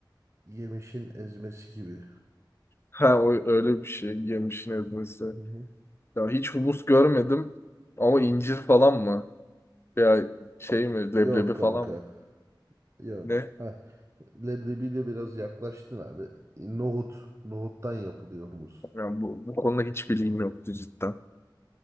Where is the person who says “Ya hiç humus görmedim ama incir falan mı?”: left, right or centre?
Left